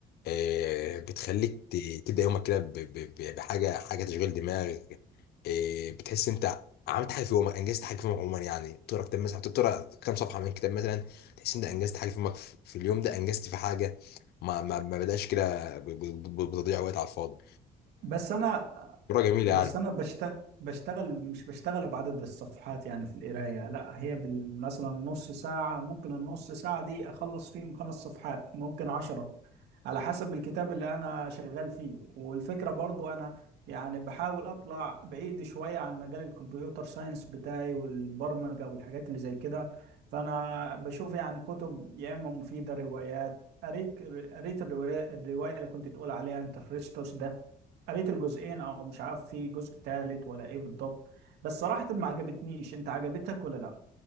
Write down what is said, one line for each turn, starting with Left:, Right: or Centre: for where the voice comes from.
Left: آه بتخليك ت- تبدا يومك كده ب- ب- ب- بحاجه حاجه تشغيل دماغ آه بتحس انت عملت حاجه في يومك انجزت حاجه في يومك عموما يعني تقرا كتاب مثلا تقرا كام صفحه من كتاب مثلا تحس انت انجزت حاجه في يومك في في اليوم ده انجزت في حاجه ما ما ما بداش كده ب- ب- ب- بتضيع وقت على الفاضي
Right: بس انا
Left: رواية جميلة
Right: بس
Left: يعني
Right: انا بشتغل بشتغل مش بشتغل بعدد الصفحات يعني في القرايه لا هي بال- مثلا نص ساعه ممكن النص ساعه دي اخلص فيهم خمس صفحات ممكن عشرة على حسب الكتاب اللي انا شغال فيه والفكره برضو انا يعني بحاول اطلع بعيد شويه عن مجال الكمبيوتر ساينس بتاعي والبرمجه والحاجات اللي زي كده فانا بشوف يعني كتب يا اما مفيده روايات قريت قريت الروايه الروايه اللي كنت تقول عليها انت فريستوس ده قريت الجزئين او مش عارف في جزء تالت ولا ايه بالضبط بس صراحة ما عجبتنيش انت عجبتك ولا لا